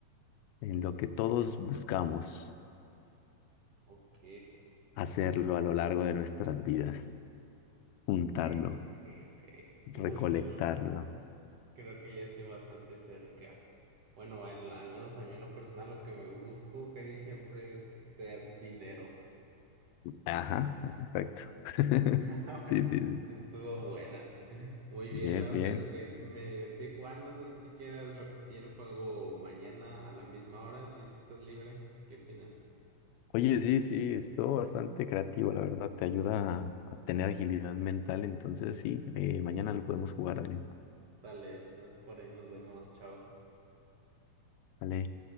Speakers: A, on the left (about 85°); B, on the right (about 60°).
A: en lo que todos buscamos.
B: Ok,
A: hacerlo a lo largo de nuestras vidas, juntarlo,
B: ok, ok, ok. Uy,
A: recolectarlo.
B: bueno, creo que ya estoy bastante cerca. Bueno, en la- al menos a mí en lo personal lo que me busco, que di siempre es ser dinero.
A: Ajá, exacto. <laughs>
B: <laughs>
A: Sí, sí, sí.
B: Estuvo buena. Muy bien,
A: Bien,
B: la
A: bien.
B: verdad es que me divertí jugando. No sé si quieras repetir el juego mañana a la misma hora, si es que estás libre. ¿Qué opinas?
A: Oye, sí, sí, estuvo bastante creativo, la verdad. Te ayuda a, a tener agilidad mental. Entonces, sí, eh, mañana lo podemos jugar, Adrián.
B: Dale, entonces por ahí nos vemos. Chao.
A: Vale.